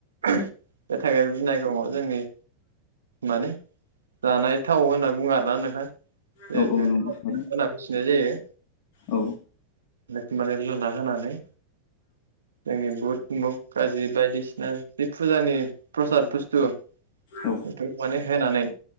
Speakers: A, on the right (about 70°); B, on the left (about 45°).
A: बे थाइगिर दुनायखं जोंनि माने जानाय थाव होनना बुङो आरोना नोंथां जिहेथु
B: औ औ नंगौ
A: <unintelligible>
B: थारैनो
A: जायो
B: औ
A: बेखौ माने लुना होनानै जोंनि बुध मुग गाजि बायदिसिना जि फुजानि प्रसाद बुस्थु बेखौ
B: औ
A: माने होनानै